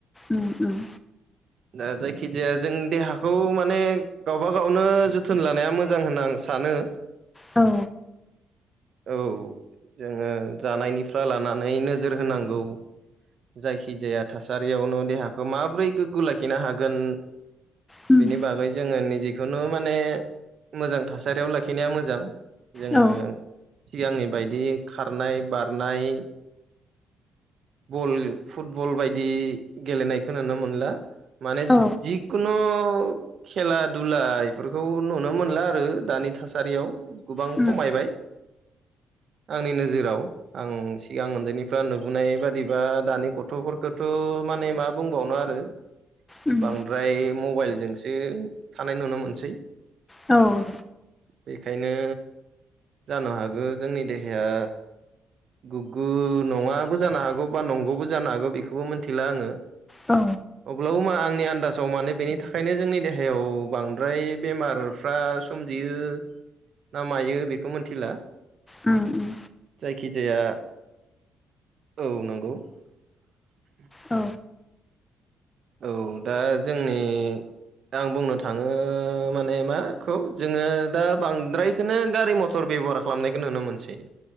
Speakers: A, on the left (about 15°); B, on the right (about 60°).
A: उम उम
B: ओ जायखिजाया जों देहाखौ माने गावबा गावनो जोथोन लानाया मोजां होनना आं सानो
A: औ
B: औ जोङो जानायनिफ्राय लानानै नोजोर होनांगौ जायखिजाया थासारियावनो देहाखौ माबोरै गोग्गो लाखिनो हागोन
A: उम
B: बेनि बागै जोङो निजेखौनो माने मोजां थासारियाव लाखिनाया मोजां जोङो
A: औ
B: सिगांनि बायदि खारनाय बारनाय बल फुटबल बायदि गेलेनायखौ नुनो मोनला माने
A: औ
B: जि खुनु खेला दुला बेफोरखौ नुनो मोनला आरो दानि थासारियाव गोबां
A: उम
B: खमायबाय आंनि नोजोराव आं सिगां उन्दैनि दा नुबोनाय बादिबा दानि गथ'फोरखौथ' माने मा बुंबावनो आरो
A: उम
B: बांद्राय मबाइलजोंसो थानाय नुनो मोनसै
A: औ
B: बेखायनो जानो हागौ जोंनि देहाया गोग्गो नंङाबो जानो हागौ बा नंगौबो जानो हागौ बेखौबो मिथिला आंङो
A: औ
B: अब्लाबो मा आंनि आन्दाजाव माने बेनि थाखायनो जोंनि देहायाव बांद्राय बेमारफ्रा सोमजियो ना मायो बेखौ मिथिला
A: ओम ओम
B: जायखिजाया औ नंगौ <inaudible>
A: औ
B: औ दा जोंनि आं बुंनो थांङो माने माखौ जोंङो दा बांद्राय बेखौनो गारि मथर बेब'हार खालामनायखौ नुनो मोनसै